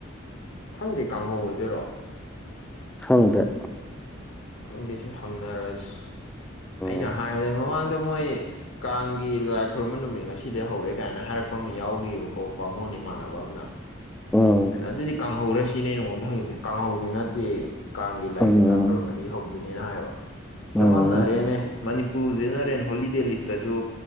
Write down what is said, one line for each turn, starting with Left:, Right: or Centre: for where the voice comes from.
Left: ꯈꯪꯗꯦ ꯀꯥꯡꯍꯧ ꯑꯣꯏꯗꯣꯏꯔꯣ
Centre: ꯈꯪꯗꯦ
Left: ꯈꯪꯗꯦꯁꯦ ꯍꯪꯅꯔꯁꯤ
Centre: ꯎꯝ
Left: ꯑꯩꯅ ꯍꯥꯏꯕꯗ ꯃꯃꯥꯡꯗ ꯃꯣꯏ ꯀꯥꯡꯒꯤ ꯂꯥꯏ ꯈꯨꯔꯝꯕ ꯅꯨꯃꯤꯠ ꯉꯁꯤꯗ ꯍꯧꯔꯦ ꯀꯥꯏꯅ ꯍꯥꯏꯔꯛꯄ ꯑꯃ ꯌꯥꯎꯒꯤꯕꯀꯣ ꯕꯥꯃꯣꯟ ꯏꯃꯥꯟꯅꯕ ꯑꯃꯅ
Centre: ꯎꯝ
Left: ꯅ ꯑꯗꯨꯗꯤ ꯀꯥꯡꯍꯧꯔꯁꯤꯅꯦ ꯑꯩꯅ ꯃꯉꯣꯟꯗ ꯍꯪꯉꯤꯁꯦ ꯀꯥꯡꯍꯧꯗꯤ ꯅꯠꯇꯦ ꯀꯥꯡꯒꯤ ꯂꯥꯏ
Centre: ꯎꯝ
Left: ꯀꯩꯀꯥ ꯈꯨꯣꯏꯔꯝꯕꯗꯒꯤ ꯍꯧꯗꯣꯏꯅꯦꯅ ꯍꯥꯏꯕ ꯆꯃꯝꯅꯔꯦꯅꯦ꯫
Centre: ꯎꯝ
Left: ꯃꯅꯤꯄꯨꯔꯖꯤꯅ ꯔꯦꯟ ꯍꯣꯂꯤꯗꯦ ꯂꯤꯁꯇꯁꯨ